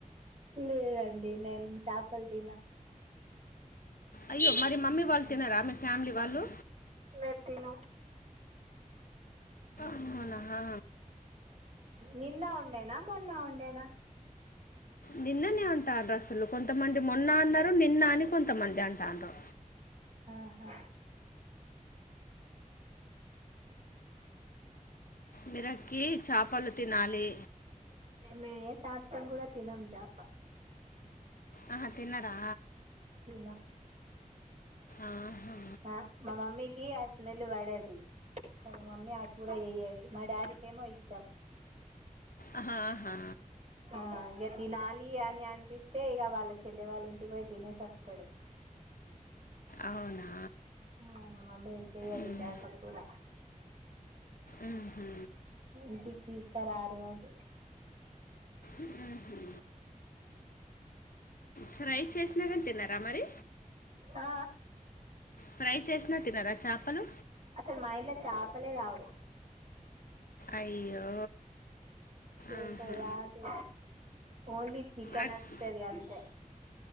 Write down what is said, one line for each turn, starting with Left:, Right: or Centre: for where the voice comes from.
Right: లేదండి మేం చేపలు తిన
Left: అయ్యో మరి మమ్మీ వాళ్ళు తినరా మీ ఫ్యామిలీ వాళ్ళు
Right: రేప్ తినం
Left: మన హా
Right: నిన్న ఉండేనా మొన్న ఉండేనా
Left: నిన్ననే అంటారు అసలు కొంతమంది మొన్న అన్నారు నిన్న అని కొంతమంది అంటాన్రు
Right: ఆహా
Left: మిరక్కి చాపలు తినాలి
Right: మేం ఏ సంవత్సరం కూడా తినం చాప
Left: అహా తినరా
Right: తినం
Left: ఆహా
Right: ఆ మా మమ్మీకి ఆ స్మెల్ పడది మా మమ్మీ ఆ కూర ఎయ్యది మా డాడీకేమో ఇష్టం
Left: ఆహా హా
Right: ఆ ఇగ తినాలి అని అనిపిస్తే ఇగ వాళ్ళ చెల్లె వాళ్ళ ఇంటికి పోయి తినేసి వస్తాడు
Left: అవునా
Right: ఆ మా మమ్మీ ఏం చేయ్యది
Left: ఉమ్,
Right: చాపకూర
Left: ఉహు
Right: ఇంటికి తీసుక రారు అది
Left: ఉహు ఫ్రై చేసినా కాని తినరామరి
Right: ఆ
Left: ఫ్రై చేసినా తినర చాపలు
Right: అసలు మా ఇంట్లో చాపలే రావు
Left: అయ్యో
Right: చేప
Left: ఆహా
Right: రాదు ఓన్లీ చికెన్
Left: అట్-
Right: వస్తది అంతే